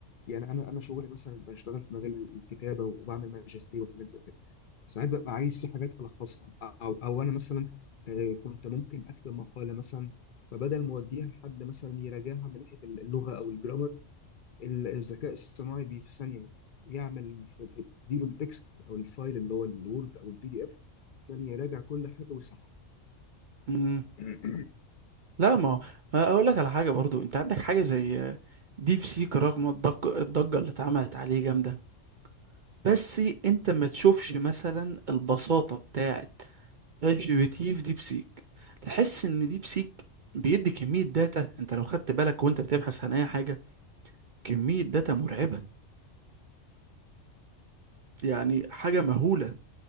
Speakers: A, on the left; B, on the right.
A: يعني انا انا شغلي مثلا بشتغل في مجال الكتابه وبعمل ماجستير وحاجات زي كده ساعات ببقى عايز في حاجات الخصها او او انا مثلا آه، كنت ممكن اكتب مقاله مثلا فبدل ما اوديها لحد مثلا يراجعها من ناحيه اللغه او الجرامر الذكاء الصناعي بي في ثانيه يعمل في في- اديله التكست او الفايل اللي هو الوورد او البي دي اف ثانيه يراجع كل حاجه ويصحح
B: مم.
A: <clears throat>
B: لا ما
A: اه
B: هو آه، اقول لك على حاجة برضو انت عندك حاجة زي ديب سيك رغم الضج- الضجة اللي اتعملت عليه جامدة بس انت ما تشوفش مثلا البساطة بتاعت شات جي بي تي في ديب سيك تحس ان ديب سيك بيدي كمية داتا انت لو خدت بالك وانت بتبحث عن اي حاجة كمية داتا مرعبة يعني حاجة مهولة